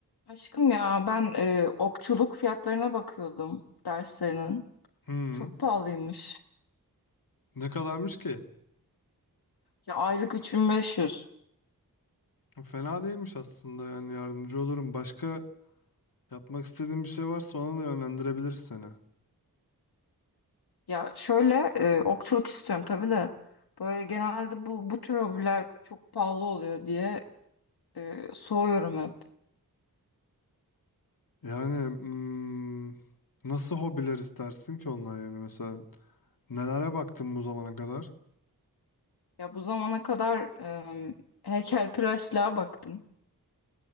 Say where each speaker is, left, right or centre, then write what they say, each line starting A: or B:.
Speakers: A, on the left; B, on the left.
A: Aşkım ya ben e, okçuluk fiyatlarına bakıyordum derslerinin.
B: Hmm,
A: Çok pahalıymış.
B: ne kadarmış ki?
A: Ya aylık 3500.
B: Fena değilmiş aslında yani yardımcı olurum. Başka yapmak istediğin bir şey varsa ona da yönlendirebiliriz seni.
A: Ya şöyle e, okçuluk istiyorum tabii de böyle genelde bu bu tür hobiler çok pahalı oluyor diye e, soğuyorum hep.
B: Yani hmm, nasıl hobiler istersin ki onlar yani mesela nelere baktın bu zamana kadar?
A: Ya bu zamana kadar e, heykeltıraşlığa baktım.